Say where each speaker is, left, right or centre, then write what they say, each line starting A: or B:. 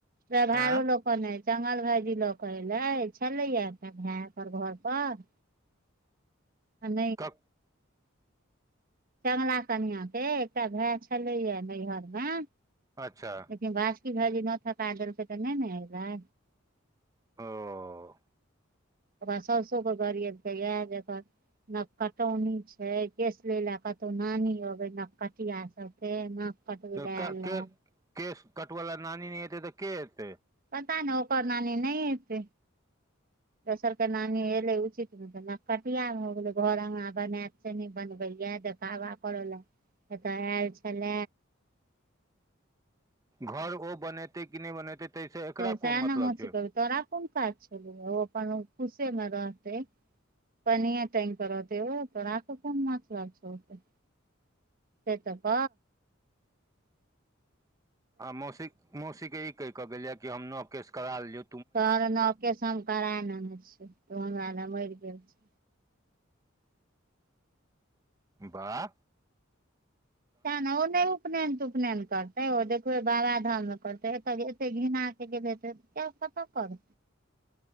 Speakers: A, on the right; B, on the right.
A: व्यहारो
B: आँ
A: लोकऽ कने चंगल भायजी लऽ के एले छलै अपना भाय पर घर पर हन
B: क
A: चमला कनिय के एकटा भाय छलैया नैहर मे।
B: अच्छा।
A: लेकिन बासु कि भाजी नै थका देलकै तऽ नहि ने एलै
B: ओ।
A: ओकरा ससो के गरीब के इएह जन नै कटौनी छै केस ले ले कतौ नानी अबे नकटिया सभ तऽ नहिपत बि
B: क
A: लऽ
B: के केश कटवला नानी नहि हयतै तऽ के हेते
A: पता नहि ओकर नानी नहि हत। दोसर के नानी एले उचित मे तऽ नकटिया मे हो गेले घर अगना बनात छै नहि बनबै तबा करऽ लए एतय आयल छल
B: घर ओ बनेते कि नै बनेते तास एकरा
A: से सएह
B: कोन मतलब
A: ने मौसी
B: छै
A: कहबै तोरा कोन काज छल ओ अपन खुशी मे रहते पनीर कोर हो दे हो तऽ आखो कोन मछ लाग छै ओत सेतप
B: मौसी मौसी के ई कहि कऽ गेल यए कि हम नव केस करा लियौ
A: सर नके सम करा लेने छै तऽ हमरा ले मरि गेल छै।
B: बाह।
A: तऽ ने ओ नहि उपनयन तऽ उपनयन करतै ओ देखबै बाबा धाम मे करतै एते घिना के गेलै त क पता कर